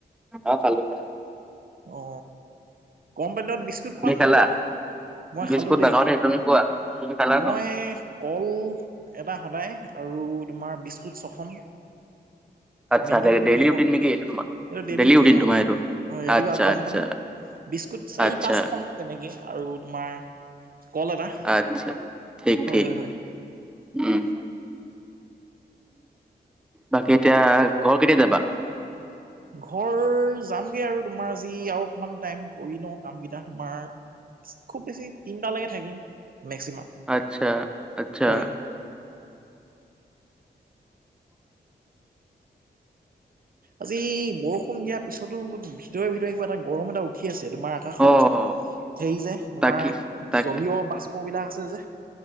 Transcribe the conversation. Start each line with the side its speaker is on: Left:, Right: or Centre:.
Centre: অ খালো খালো
Right: অ গম পালে বিশ
Centre: তুমি
Right: খোৱা নে নোখোৱা
Centre: খালা
Right: মই
Centre: বিস্কুট
Right: খালোঁ দেই
Centre: নাখাওঁ তুমি খোৱা তুমি খালা
Right: মই
Centre: ন
Right: কল এটা সদায় আৰু তোমাৰ বিস্কুট ছখন
Centre: আচ্ছা
Right: মেইনটেইন কৰি
Centre: ডেইলি
Right: ৰাখো
Centre: ৰুটিন নেকি এইটো তোমাৰ
Right: এইটো ডেইলি ৰুটিন ন
Centre: তোমাৰ এইটো
Right: হয় ৰাতিপুৱা
Centre: আচ্ছা
Right: গৰম
Centre: আচ্ছা
Right: পানী বিস্কুট চাৰি
Centre: আচ্ছা
Right: পাঁচ খন তেনেকে আৰু তোমাৰ কল এটা
Centre: আচ্ছা ঠিক
Right: হয়
Centre: ঠিক
Right: হয় হয়
Centre: উম বাকী এতিয়া ঘৰ কেতিয়া যাবা হয়
Right: ঘৰ যামগে আৰু তোমাৰ আজি আৰু অকমান টাইম কৰি লওঁ কাম কেইটা তোমাৰ খুব বেছি তিনটালৈকে থাকিম মেক্সিমাম
Centre: আচ্ছা আচ্ছা
Right: হয় আজি বৰষুণ দিয়াৰ পিছতো ভিতৰে ভিতৰে কিবা এটা গৰম এটা উঠি আছে তোমাৰ আকাশত
Centre: অ',
Right: সেই যে তোমাৰ
Centre: তাকে তাক
Right: জলীয় বাষ্প অসুবিধা আছে যে